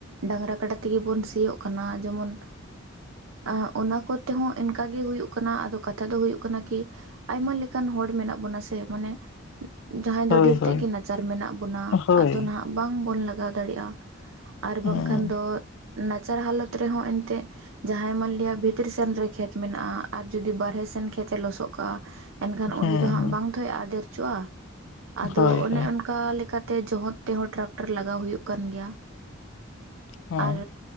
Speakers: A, on the right; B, on the left.
A: ᱰᱟᱝᱨᱟ ᱠᱟᱰᱟ ᱛᱮᱜᱮ ᱵᱚᱱ ᱥᱤᱭᱳᱜ ᱠᱟᱱᱟ, ᱡᱮᱢᱚᱱ ᱟᱹᱜ ᱚᱱᱟ ᱠᱚᱛᱮ ᱦᱚᱸ ᱚᱱᱠᱟ ᱜᱮ ᱦᱩᱭᱩᱜ ᱠᱟᱱᱟ ᱟᱫᱚ ᱠᱟᱛᱷᱟ ᱫᱚ ᱦᱩᱭᱩᱜ ᱠᱟᱱᱟ ᱠᱤ ᱟᱭᱢᱟ ᱞᱮᱠᱟᱱ ᱦᱚᱲ ᱢᱮᱱᱟᱜ ᱵᱚᱱᱟ ᱥᱮ ᱢᱟᱱᱮ ᱡᱟᱦᱟᱸᱭ
B: ᱦᱳᱭ
A: ᱫᱚ ᱰᱷᱮᱨ
B: ᱦᱳᱭ
A: ᱛᱮᱜ ᱜᱮ ᱱᱟᱪᱟᱨ ᱢᱮᱱᱟᱜ ᱵᱚᱱᱟ᱾
B: ᱦᱳᱭ
A: ᱟᱫᱚ ᱱᱟᱦᱟᱜ ᱵᱟᱝ ᱵᱚᱱ ᱞᱟᱜᱟᱣ ᱫᱟᱲᱮᱭᱟᱜᱼᱟ ᱟᱨ
B: ᱦᱩᱸ
A: ᱵᱟᱝᱠᱷᱟᱱ ᱫᱚ ᱱᱟᱪᱟᱨ ᱦᱟᱞᱚᱛ ᱨᱮᱦᱚᱸ ᱛᱮ ᱡᱟᱦᱟᱸᱭ ᱢᱟᱱᱞᱤᱭᱟ ᱵᱷᱤᱛᱤᱨ ᱥᱮᱱ ᱨᱮ ᱠᱷᱮᱛ ᱢᱮᱱᱟᱜᱼᱟ᱿ ᱟᱨ ᱡᱩᱫᱤ ᱵᱟᱦᱨᱮ ᱥᱮᱱ ᱠᱷᱮᱛᱮ ᱞᱚᱥᱚᱜ ᱠᱟᱜᱼᱟ᱾ ᱮᱱᱠᱷᱟᱱ
B: ᱦᱩᱸ
A: ᱩᱱᱤ ᱫᱚ ᱦᱟᱸᱜ
B: ᱦᱩᱸ
A: ᱵᱟᱝ ᱛᱚ ᱟᱫᱮᱨᱪᱚᱜᱼᱟ᱾ ᱟᱫᱚ
B: ᱦᱳᱭ
A: ᱚᱱᱮ
B: ᱦᱳᱭ
A: ᱚᱱ ᱚᱱᱠᱟ ᱞᱮᱠᱟᱛᱮ ᱡᱚᱦᱚᱫ ᱛᱮᱦᱚᱸ ᱴᱨᱟᱠᱴᱟᱨ ᱞᱟᱜᱟᱣ ᱦᱩᱭᱩᱜ ᱠᱟᱱ ᱜᱮᱭᱟ᱾
B: ᱦᱮᱸ
A: ᱟᱨ